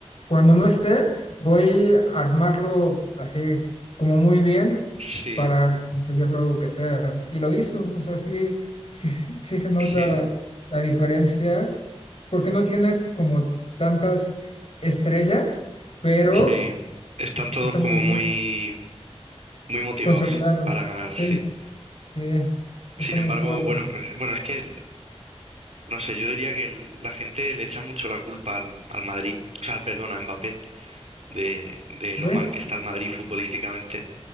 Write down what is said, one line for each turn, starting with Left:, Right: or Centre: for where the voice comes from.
Left: Cuando no esté, voy a armarlo así como muy bien
Right: sí,
Left: para conseguir lo que sea. Y lo hizo, o sea, sí, sí, sí se nota
Right: sí,
Left: la diferencia porque no tiene como tantas estrellas, pero
Right: sí. Están todos
Left: está
Right: como
Left: muy bien
Right: muy, muy motivados
Left: consolidados.
Right: para ganar,
Left: Sí,
Right: sí.
Left: sí,
Right: Sin
Left: está
Right: embargo,
Left: muy fuerte.
Right: bueno, eh, bueno, es que, no sé, yo diría que el- la gente le echa mucho la culpa al, al Madrid, o sea, perdón, a Mbappé, de, de lo
Left: ¿Ve?
Right: mal que está el Madrid futbolísticamente.